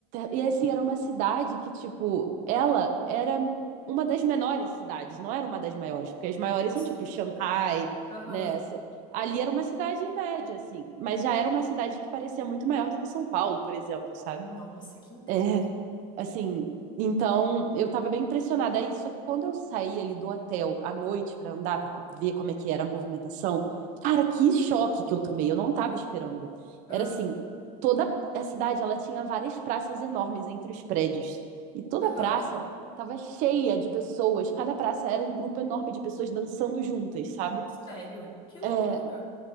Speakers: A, on the right; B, on the left.
A: e assim, era uma cidade que, tipo, ela era uma das menores cidades, não era uma das maiores, porque as maiores
B: Nossa.
A: são, tipo, Xangai,
B: Aham.
A: né, essa- ali era uma cidade média, assim, mas já era uma cidade que parecia muito maior do que São Paulo, por exemplo, sabe?
B: Nossa, que incrível.
A: É, Assim, então eu tava bem impressionada. Aí, só que quando eu saí ali do hotel à noite pra andar, pra ver como é que era a movimentação, cara, que choque que eu tomei. Eu não tava esperando.
B: Ah,
A: Era assim, toda a cidade, ela tinha várias praças enormes entre os prédios. E toda
B: Aham.
A: a praça tava cheia de pessoas. Cada praça era um grupo enorme de pessoas dançando juntas, sabe?
B: Sério. Que loucura.
A: É,